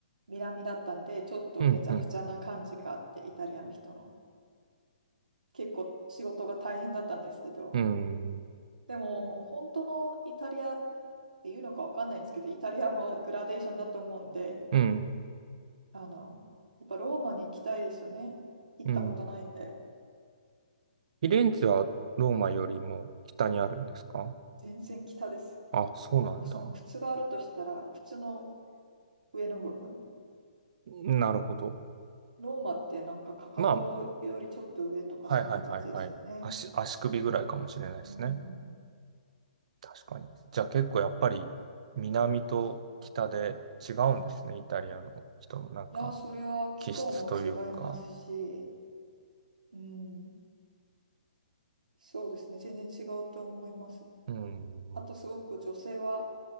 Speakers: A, on the right; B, on the right.
A: 南だったんで、ちょっとめちゃくちゃな感じがあって、
B: うん、うん、
A: イタリアの人の。結構仕事が大変だったんですけど、
B: うん、
A: でも、本当のイタリアっていうのかわかんないんですけど、イタリアもグラデーションだと思うんで、
B: うん、
A: あの、やっぱローマに行きたいですよね。行ったことないんで、
B: うん。フィレンツェはローマよりも北にあるんですか
A: 全然北です。
B: あ、そうなんだ。
A: なんかその靴があるとしたら、靴の上の部分。
B: なるほど。
A: ローマってなんかかかとよりちょっと上とかそんな感じですよね。
B: まあ、はいはいはいはい。足、足首ぐらいかもしれないですね。
A: うん。
B: 確かに。じゃあ結構やっぱり南と北で違うんですね。イタリアの人のなんか
A: いや、それは気候も違いますし、
B: 気質というか。
A: うん。そうですね。全然違うと思います。
B: うーん。
A: あとすごく女性は
B: う